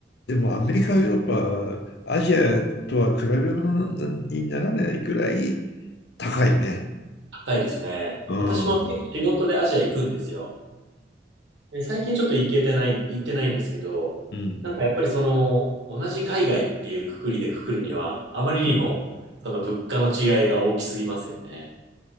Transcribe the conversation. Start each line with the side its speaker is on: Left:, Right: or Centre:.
Left: でもアメリカヨーロッパアジアとは比べ物にならないぐらい高いね。
Right: 高いですね。
Left: うんうん
Right: 私も結構仕事でアジア行くんですよ。で最近ちょっと行けてない、行ってないんですけど、
Left: うん
Right: なんかやっぱりその、同じ海外っていうくくりでくくるには、あまりにも、
Left: うん
Right: その物価の違いが大きすぎますよね。